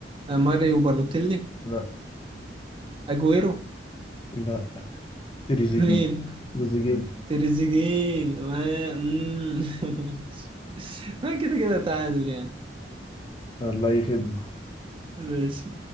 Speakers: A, on the right; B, on the left.
A: آه، ماريو بالوتيلي
B: لا
A: اجويرو
B: لا تريزيجي
A: مين
B: تريزيجي
A: تريزيجيه ما مم. <laughs> ما كده كده تعادل يعني
B: الله يخدم
A: ماشي